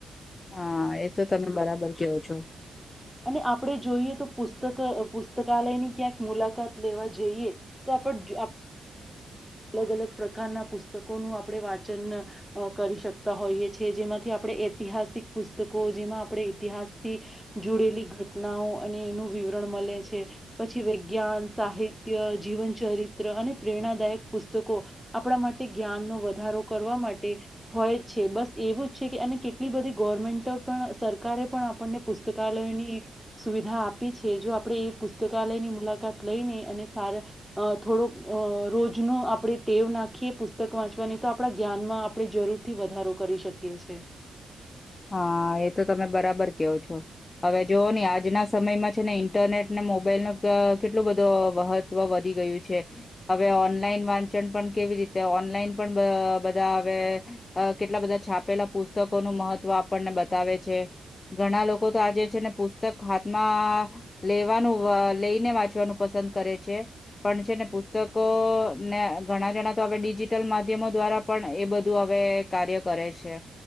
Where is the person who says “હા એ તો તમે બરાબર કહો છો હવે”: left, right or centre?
Left